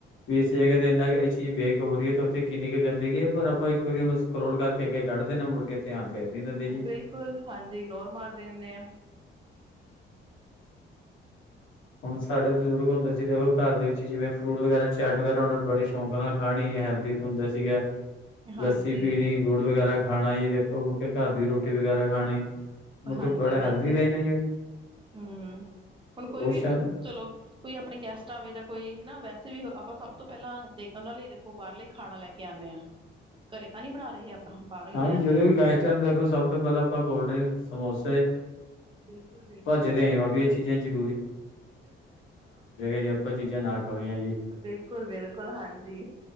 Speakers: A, on the left; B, on the right.
A: ਵੀ ਇਸ ਜਗ੍ਹਾ ਤੇ ਇੰਨਾ ਇਹ ਚੀਜ਼ ਬੇਕ ਹੋ ਰਹੀ ਹੈ ਤੇ ਉੱਥੇ ਕਿੰਨੀ ਕੁ ਗੰਦਗੀ ਹੈ ਪਰ ਆਪਾਂ ਇੱਕ ਵਾਰੀ ਉਹਨੂੰ ਸਕਰੋਲ ਕਰਕੇ ਅੱਗੇ ਕੱਢ ਦੇਣਾ ਮੁੜ ਕੇ ਧਿਆਨ ਫੇਰ ਨੀ ਦਿੰਦੇ ਜੀ।
B: ਬਿਲਕੁਲ ਹਾਂਜੀ ਇਗਨੋਰ ਮਾਰ ਦਿੰਨੇ ਆਂ।
A: ਹੁਣ ਸਾਡੇ ਬਜ਼ੁਰਗ ਹੁੰਦੇ ਸੀ ਦੇਖੋ ਘਰ ਦੇ ਵਿੱਚ ਜਿਵੇਂ ਫਰੂਟ ਵਗੈਰਾ ਚੈਟ ਵਗੈਰਾ ਉਹਨਾਂ ਨੂੰ ਬੜੇ ਸ਼ੌਂਕ ਨਾਲ ਖਾਣੀ ਹੈਲਦੀ ਹੁੰਦਾ ਸੀਗਾ,
B: ਹਾਂਜੀ
A: ਲੱਸੀ ਪੀਣੀ,
B: ਹਾਂਜੀ
A: ਗੁੜ ਵਗੈਰਾ ਖਾਣਾ ਜੀ ਦੇਖੋ ਮਤਲਬ ਘਰ ਦੀ ਰੋਟੀ ਵਗੈਰਾ ਖਾਣੀ ਮਤਲਬ ਬੜੇ ਹੈਲਦੀ
B: ਹਾਂਜੀ
A: ਰਹੇ ਨੇ ਜੀ।
B: ਹੂੰ ਹੁਣ ਕੋਈ
A: ਉਸ
B: ਵੀ
A: ਟਾਈਮ
B: ਚਲੋ ਕੋਈ ਆਪਣੇ ਗੈਸਟ ਆਵੇ ਜਾਂ ਕੋਈ ਹਨਾ ਵੈਸੇ ਵੀ ਆਪਾਂ ਸਭ ਤੋਂ ਪਹਿਲਾਂ ਦੇ ਉਹਨਾਂ ਲਈ ਦੇਖੋ ਬਾਹਰਲੇ ਖਾਣਾ ਲੈ ਕੇ ਆਂਦੇ ਹਾਂ, ਘਰੇ ਤਾਂ ਨਹੀਂ ਬਣਾ ਰਹੇ ਆਪਾਂ। ਬਾਹਰੋਂ ਹੀ
A: ਹਾਂਜੀ
B: ਲਿਆਦੇ
A: ਜਦੋਂ
B: ਹਾਂ
A: ਵੀ ਗਾਇਸਟ ਦੇਖੋ ਸਭ ਤੋਂ ਪਹਿਲਾਂ ਆਪਾਂ ਕੋਲਡ ਡਰਿੰਕ ਸਮੋਸੇ
B: ਬਿਲਕੁਲ ਬਿਲਕੁਲ
A: ਭੱਜੇ ਦੇ ਭਾ ਵੀ ਇਹ ਚੀਜ਼ਾਂ ਜ਼ਰ ਜੇ ਆਪਾਂ ਚੀਜ਼ਾਂ ਨਾ ਖਵਾਈਆਂ ਜੀ।
B: ਬਿਲਕੁਲ ਬਿਲਕੁਲ ਹਾਂਜੀ